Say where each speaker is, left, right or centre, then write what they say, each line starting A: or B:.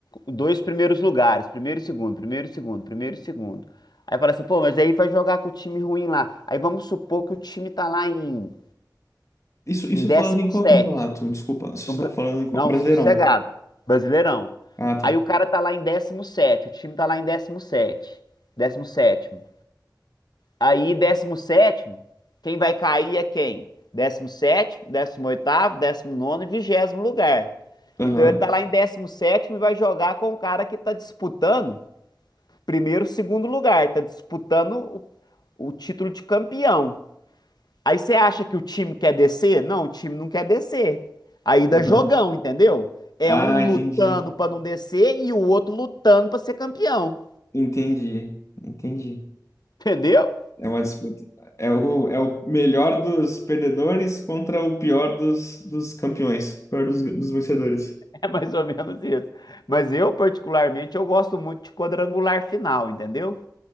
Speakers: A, on the left (about 70°); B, on the left (about 45°).
A: dois primeiros lugares, primeiro e segundo, primeiro e segundo, primeiro e segundo. Aí fala assim, pô, mas aí vai jogar com o time ruim lá. Aí vamos supor que o time tá lá em,
B: Isso, isso
A: em 17.
B: falando em qual campeonato? Desculpa, se
A: No
B: você
A: Bra-
B: tá falando em qual...
A: Não,
B: Brasileirão.
A: sossegado. Brasileirão.
B: Ah, tá.
A: Aí o cara tá lá em décimo sétimo, o time tá lá em décimo sétimo, décimo sétimo. Aí décimo sétimo, quem vai cair é quem? Décimo décimo sétimo, décimo oitavo, décimo nono e vigésimo lugar.
B: Aham,
A: Então ele tá lá em décimo sétimo e vai jogar com o cara que tá disputando primeiro, segundo lugar, tá disputando o, o título de campeão. Aí você acha que o time quer descer? Não, o time não quer descer. Aí dá
B: aham.
A: jogão, entendeu? É
B: Ah,
A: um lutando
B: entendi.
A: pra não descer e o outro lutando pra ser campeão.
B: Entendi. Entendi.
A: <laughs> Entendeu?
B: É uma disputa. É o, é o melhor dos perdedores contra o pior dos, dos campeões. Pior dos, dos vencedores.
A: É mais ou menos isso. Mas eu, particularmente, eu gosto muito de quadrangular final, entendeu?